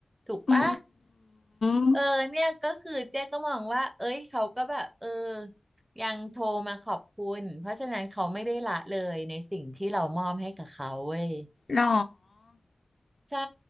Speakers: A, on the right; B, on the left.
A: ถูกปะ
B: อืม
A: เออเนี่ยก็คือเจ๊ก็มองว่าเอ้ยเขาก็แบบเออยังโทรมาขอบคุณเพราะฉะนั้นเขาไม่ได้ละเลยในสิ่งที่เรามอบให้กับเขาเว้ย
B: หรอ
A: ใช่